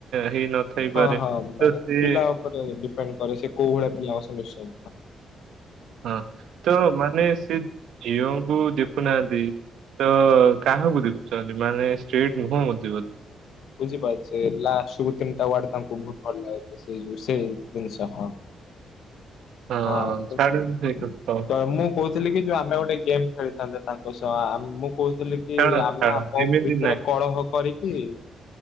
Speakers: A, on the right; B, on the left.
A: ହେଇନଥାଇପାରେ।
B: ହଁ ହଁ
A: ତ
B: ମାନେ
A: ସେ
B: ପିଲା ଉପରେ ଡିପେଣ୍ଡ କରେ ସେ କୋଉ ଭଳିଆ ପିଲା ଅସଛନ୍ତି।
A: ହଁ ତ ମାନେ ସେ ଝିଅଙ୍କୁ ଦେଖୁନାହାନ୍ତି। ତ କାହାକୁ ଦେଖୁଛନ୍ତି ମାନେ ଷ୍ଟ୍ରେଟ ନୁହଁ ମ ବୋଧ
B: ବୁଝିପାରୁଛେ ଲା ଶୁବୁ ତିନିଟା ୱାର୍ଡ ତାଙ୍କୁ ବହୁତ ଭଲ ଲାଗୁ ସେ ସେ ଜିନିଷ ହଁ।
A: <unintelligible>
B: ହଁ ତ
A: ଛାଡ଼ନ୍ତୁ
B: ସେ
A: ସେଇ କଥା ହଁ
B: ତ ମୁଁ କହୁଥିଲି କି ଯୋଉ ଆମେ ଗୋଟେ ଗେମ୍ ଖେଳିଥାନ୍ତେ। ତାଙ୍କ ସହ ମୁଁ କହୁଥିଲି କି
A: ଛାଡ଼ନ୍ତୁ
B: ଆମେ
A: ଛାଡ଼ନ୍ତୁ
B: ଆ ମୋ
A: ଏମିତି
B: ଭିତରେ କଳହ କରିକି।